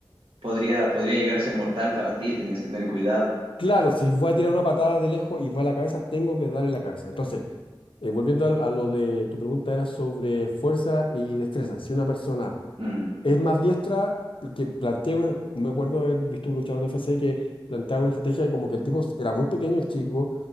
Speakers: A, on the right; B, on the left.
A: podría, podría llegar a ser mortal para ti, tenías que tener cuidado.
B: Claro, si voy a tirar una patada de lejos y va a la cabeza, tengo que dar en la cabeza. Entonces, eh, volviendo al- a, lo de tu pregunta, era sobre fuerza y destreza. Si una persona
A: Mm,
B: es más diestra que plantea una, me acuerdo haber visto un luchador de UFC que planteaba una estrategia que como que el tipo era muy pequeño, el chico,